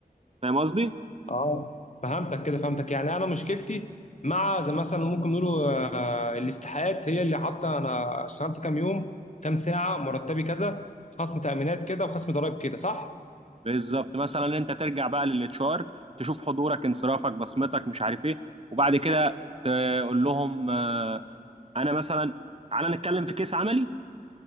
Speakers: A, on the right; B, on the left.
A: فاهم قصدي؟
B: اه فهمتك كده فهمتك يعني انا مشكلتي مع زي مثلا ممكن نقوله آه، الاستحقاقات هي اللي حاطه انا اشتغلت كام يوم كام ساعه مرتبي كذا خصم تامينات كده وخصم ضرائب كده صح؟
A: بالظبط مثلا انت ترجع بقى للاتش ار تشوف حضورك انصرافك بصمتك مش عارف ايه وبعد كده تقول لهم آه، انا مثلا تعالى نتكلم في كيس عملي